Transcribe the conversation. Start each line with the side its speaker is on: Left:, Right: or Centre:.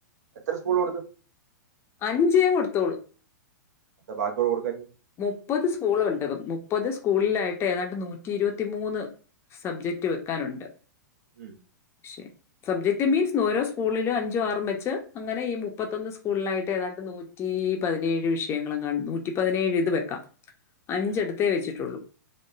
Right: എത്ര സ്കൂൾ കൊടുത്തു
Left: അഞ്ചേ കൊടുത്തോളൂ
Right: അത ബാക്കിയോട് കൊടുക്കഞ്ഞെ
Left: മുപ്പത് സ്കൂളുണ്ട് മുപ്പത് സ്കൂളിലായിട്ട് ഏതാണ്ട് നൂറ്റി ഇരുപത്തിമൂന്ന് സബ്ജക്ട് വെക്കാനുണ്ട്
Right: ഉം
Left: പക്ഷെ സബ്ജക്ട് മീൻസ് ഓരോ സ്കൂളിലും അഞ്ചോ ആറും വെച്ച് അങ്ങനെ ഈ മുപ്പത്തൊന്ന്
Right: ഉം,
Left: സ്കൂളിലായിട്ട് ഏതാണ്ട് നു നൂറ്റി പതിനേഴ് വിഷയങ്ങളെ കാ നൂറ്റി പതിനേഴ് ഇത് വെക്കാം അഞ്ചിടുത്തേ
Right: ഉം.
Left: വെച്ചിട്ടുള്ളൂ